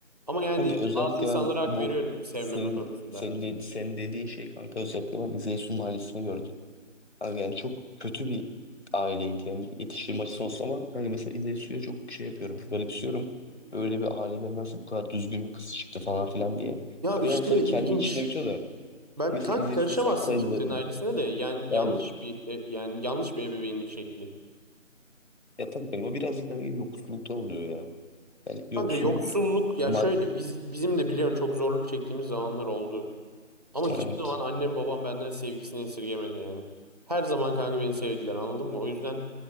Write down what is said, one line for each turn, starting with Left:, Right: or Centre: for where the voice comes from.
Right: Ama yani
Left: Kanka özellikle
Right: bazı insanlara
Left: ben
Right: hak
Left: bu
Right: veriyorum sevmeme
Left: senin
Right: konusunda.
Left: senin, de, senin dediğin şey kanka özellikle ben İzeysu'nun ailesini gördüm. Kanka yani çok kötü bir aileydi yani yetiştirme açısından olsa ama kanka mesela İzeysu'ya çok şey yapıyorum, garipsiyorum. Böyle bir aileden nasıl bu kadar düzgün bir kız çıktı falan filan diye.
Right: Ya işte
Left: Biraz tabii kendi
Right: ilginç.
Left: içinde bitiyor da
Right: Ben
Left: mesela
Right: kanka
Left: İzeysu'ya
Right: karışamazsın
Left: salsaydı
Right: kimsenin ailesine de. Yani
Left: yani
Right: yanlış bir e, yani yanlış bir ebeveynlik şekli.
Left: ya tabii kanka o biraz da kanka yoksulluktan oluyor ya. Yani yoksul
Right: Kanka yoksulluk ya
Left: mad
Right: şöyle biz bizim de biliyorsun çok zorluk çektiğimiz zamanlar oldu. Ama hiçbir
Left: evet.
Right: zaman annem babam benden sevgisini esirgemedi yani. Her zaman kanka beni sevdiler anladın mı? O yüzden